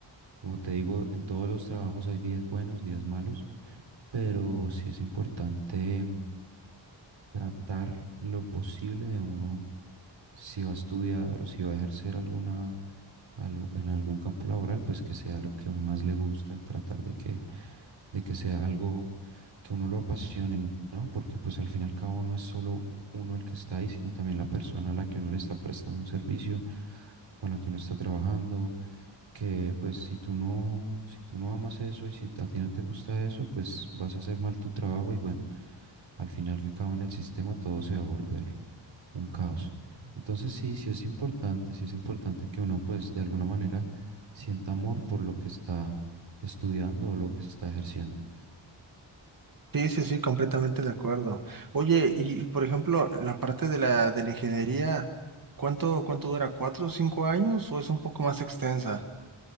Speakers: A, on the right (about 70°); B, on the right (about 45°).
A: Como te digo, en todos los trabajos hay días buenos, días malos pero sí es importante tratar en lo posible de uno, si va a estudiar o si va a ejercer alguna, algo- en algún campo laboral, pues que sea lo que a uno más le gusta, tratar de que, de que sea algo que a uno lo apasione, ¿no? Porque pues al fin y al cabo no es solo uno el que está ahí, sino también la persona a la que uno le está prestando un servicio, con la que uno está trabajando, que pues si tú no, si tú no amas eso y si a ti no te gusta eso, pues vas a hacer mal tu trabajo y bueno, al final que acaba en el sistema todo se va a volver un caos. Entonces sí, sí es importante, sí es importante que uno pues de alguna manera sienta amor por lo que está estudiando o lo que está ejerciendo.
B: Sí, sí, sí, completamente de acuerdo. Oye, y, y, por ejemplo, la parte de la, de la ingeniería, ¿cuánto, cuánto dura? ¿Cuatro o cinco años o es un poco más extensa?